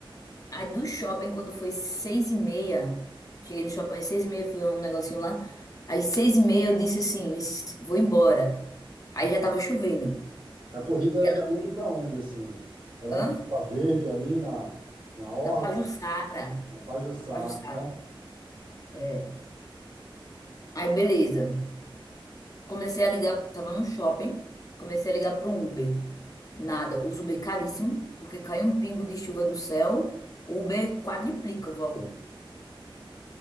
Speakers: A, on the left; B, on the right.
A: Aí do shopping, quando foi seis e meia, cheguei no shopping às seis e meia, fui um negocinho lá. Às seis e meia eu disse assim, "Mas vou embora. Aí já tava chovendo.
B: A corrida era
A: E ela,
B: da onde para onde, assim? Era
A: hã?
B: na Ponta Verde, ali na, na Orla,
A: Na Pajuçara.
B: na Pajuçara,
A: Na Pajuçara.
B: né?
A: É. Aí beleza. Comecei a ligar, tava num shopping, comecei a ligar para um Uber. Nada, os Uber caríssimo, porque cai um pingo de chuva do céu, o Uber quadriplica o valor.